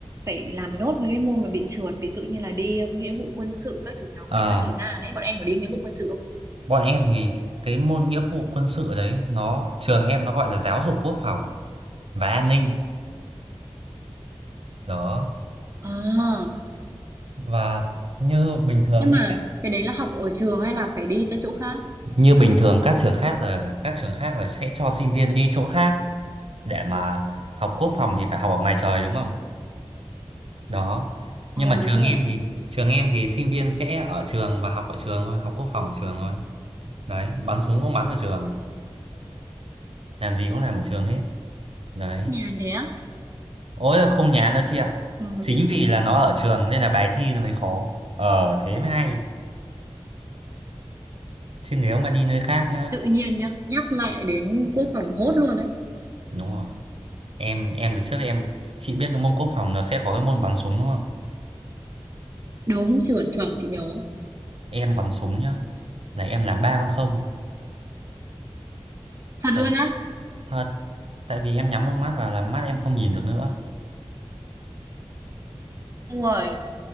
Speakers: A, on the right; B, on the right.
A: phải làm nốt mấy cái môn mà bị trượt ví dụ như là đi ờ, nghĩa vụ quân sự các thứ nó cũng
B: Ờ,
A: bị mất thời gian ấy bọn em có đi nghĩa vụ quân sự không
B: bọn em thì cái môn nghĩa vụ quân sự đấy nó trường em nó gọi là giáo dục quốc phòng và an ninh đó
A: à
B: và như bình thường
A: nhưng mà
B: như các
A: cái đấy là học ở trường hay là phải đi ra chỗ khác
B: như bình thường các trường khác là các trường khác là sẽ cho sinh viên đi chỗ khác để mà học quốc phòng thì phải học ở ngoài trời đúng không? Đó. Nhưng
A: ừ
B: mà trường
A: đúng rồi
B: em thì trường em thì sinh viên sẽ ở trường và học ở trường thôi, học quốc phòng ở trường thôi. Đấy, bắn súng cũng bắn ở trường, làm gì cũng làm ở trường hết. Đấy.
A: nhàn thế á
B: Ôi là không nhán đâu chị ạ.
A: ừ
B: Chính vì là nó ở trường nên là bài thi nó mới khó. Ờ thế mới hay. Chứ nếu mà đi nơi khác nhá.
A: tự nhiên nhá nhắc lại đến quốc phòng hốt luôn đấy
B: Đúng rồi. em em từ trước em chị biết cái môn quốc phòng nó sẽ có cái môn bắn súng đúng không
A: đúng chuẩn chuẩn chị nhớ
B: em bắn súng nhá là em làm ba con không
A: thật
B: tại
A: luôn á
B: thật tại vì em nhắm một mắt vào là mắt em không nhìn được nữa
A: Đúng rồi